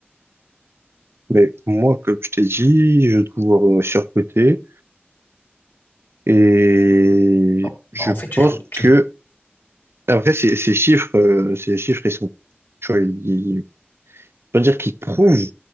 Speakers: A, on the right; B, on the left.
A: Mais moi, comme je t'ai dit, je trouve euh, surcoté et
B: Bon,
A: je
B: en fait, tu
A: pense
B: le trouves, tu
A: que
B: le-
A: après ces, ces chiffres, euh, ces chiffres, ils sont, tu vois, ils, ils- pas dire qu'ils prouvent,